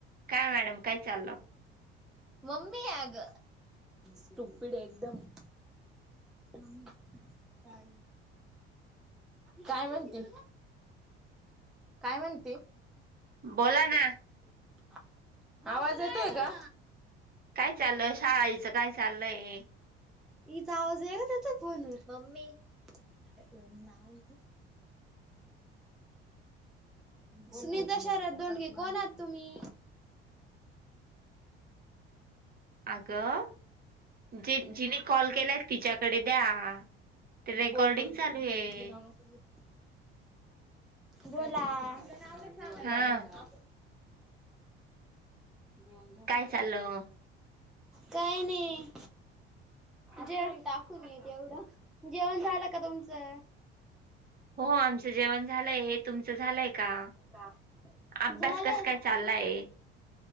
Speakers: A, on the right; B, in the centre.
A: काय मॅडम काय चाललं?
B: मम्मीए अग. स्टुपिडए एकदम. का काय म्हणते? काय म्हणती?
A: बोला ना
B: <inaudible> आवाज येतोय का?
A: काय चाललय? शाळेचं काय चाललय?
B: इचा आवाज येत होता फोनवर. मम्मी. बरं नाव <inaudible> सुनीता शरद दोडगे कोण आहात तुम्ही?
A: अगं, ज जिने कॉल केलाय तिच्याकडे द्या. ते रेकॉर्डिंग
B: बोल बोल. बर
A: चालू
B: बोल
A: आहे
B: तुझं नाव नको घेऊ. बोला. आपलं नाव नाही सांगायच.
A: हा
B: <inaudible> झालं का? जेवण झालं
A: काय
B: का?
A: चाललं
B: काय नाही. जेवण टाकून येत एवढं. जेवण झालं का तुमचं?
A: हो आमचं जेवण झालंय. तुमचं झालंय का?
B: का?
A: अभ्यास
B: झालंय.
A: कस काय चाललाय
B: हा